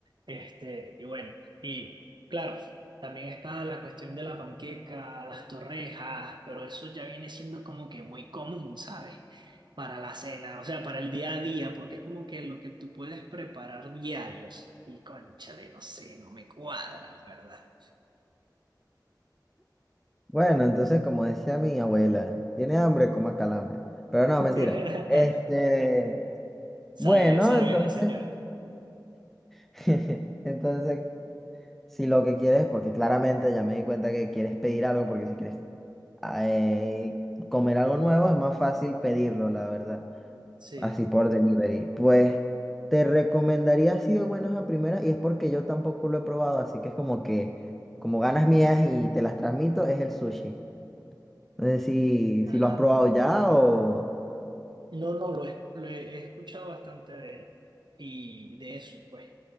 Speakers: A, on the right; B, in the centre.
A: este, y bueno, y claro, también está la cuestión de la panqueca, las torrejas, pero eso ya viene siendo como que muy común, ¿sabes? para la cena, o sea, para el día a día, porque es como que lo que tú puedes preparar diarios. Y cónchale, no sé, no me cuadra, la verdad.
B: Bueno, entonces, como decía mi abuela, tiene hambre, coma calambre. Pero no,
A: <laughs>
B: mentira. Este,
A: Sabia,
B: bueno,
A: sabia
B: entonces,
A: la señora.
B: <laughs> entonces, si lo que quieres, porque claramente ya me di cuenta que quieres pedir algo, porque si quieres ah, eh, comer algo nuevo, es más fácil pedirlo, la verdad,
A: Sí,
B: así por delivery. Pues te recomendaría así de buenas a primeras, y es porque yo tampoco lo he probado, así que es como que, como ganas mías y te las transmito, es el sushi. No sé si,
A: ajá.
B: si lo has probado ya o
A: No, no, lo he, lo he he escuchado bastante de él y de eso, pues.